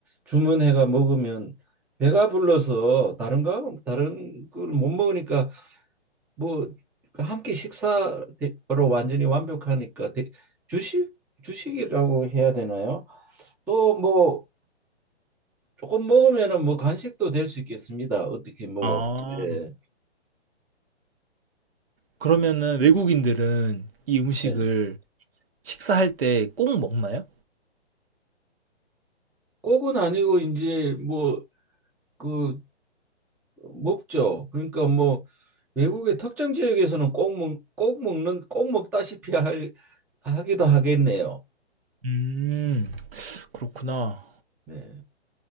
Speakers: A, in the centre; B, on the right.
A: 주문해가 먹으면 배가 불러서 다른 거 다른 걸 못 먹으니까 뭐 한 끼 식사로 완전히 완벽하니까 대- 주식 주식이라고 해야 되나요? 또 뭐 조금 먹으면은 뭐 간식도 될 수 있겠습니다. 어떻게 뭐
B: 아,
A: 예.
B: 그러면은 외국인들은 이 음식을
A: 예.
B: 식사할 때 꼭 먹나요?
A: 꼭은 아니고 이제 뭐그 먹죠. 그러니까 뭐 외국의 특정 지역에서는 꼭 먹, 꼭 먹는 꼭 먹다시피 할, 하기도 하겠네요.
B: 음, 그렇구나.
A: 네.